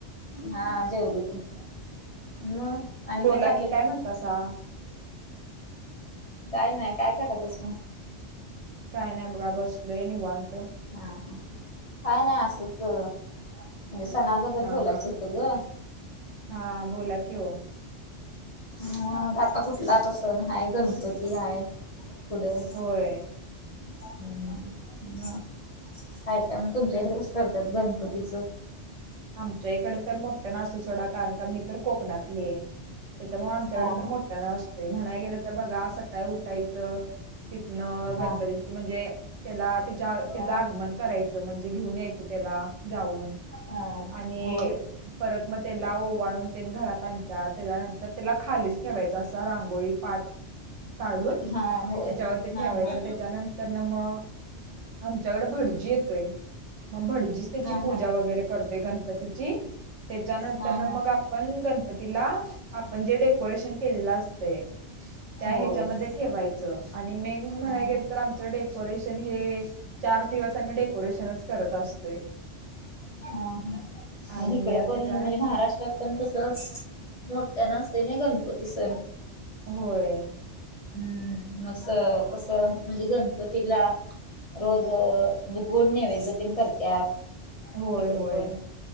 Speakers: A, on the left; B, on the right.
A: हा जेवले की मग आणि
B: बोला
A: चाललंय
B: की काय म्हणतासा
A: काय नाही काय करालस म
B: काय नाही बघा बसलोय निवांत
A: हम ह काय नाही असंच म्हणजे सणाबद्दल
B: हा
A: बोलायचं
B: हा
A: होतं ग
B: हा बोला की ओ
A: मग आता कुठला त सण हाय गणपती हाय पुढं
B: होय
A: हम् ह काय त्यामुळे ग तुमच्या
B: गण
A: इकडे कसं करतात गणपतीचं
B: आमच्या इकडे तर मोठ्या नाते सोडा कारण का मी तर कोकणातली आहे त्यांच्यामुळे आमच्याकडे
A: हा
B: तर मोठ्या न असते म्हणाय गेलं तर बघा संकाळी उठायचं तिथनं
A: हा
B: गणपतीची
A: हा
B: म्हणजे त्याला तच्या त्याच
A: हा
B: आगमन करायचं म्हणजे घेऊन यायचं त्याला जाऊन
A: हा
B: आणि
A: होय
B: परत मग त्याला ओवाळून ते घरात आणत त्याच्यानंतर त्याला खालीच ठेवायच अस रांगोळी पाठ काढून
A: हा होय
B: त्याच्यावरती
A: हा
B: ठेवायचं
A: हा ह
B: त्याच्यानंतर ना मग आमच्याकडे भटजी येतोय मग भटजीच त्याची
A: हा
B: पूजा
A: हा
B: वगैरे करतोय गणपतीची त्याच्यानंतर
A: हा
B: ना
A: हा
B: मग आपण गणपतीला आपण जे डेकोरेशन केलेल असतय त्या
A: होय
B: ह्याच्या
A: ह
B: मध्ये ठेवायचे आणि मेन म्हणायला
A: ह
B: गेले
A: ह
B: तर आमच्या कडे डेकोरेशन हे चार दिवस आम्ही डेकोरेशनच करत असतोय
A: ह मग
B: आणि
A: इकड पण
B: त्याच्यानं
A: म्हणजे महाराष्ट्रात पण तस मोठ्या नसते नाही गणप पतीच
B: होय
A: हम्म मसं कस म्हणजे गणपतीला रोज म्हणजे गोड नैवेद्यते करत्या
B: होय
A: इकडे
B: होय
A: पण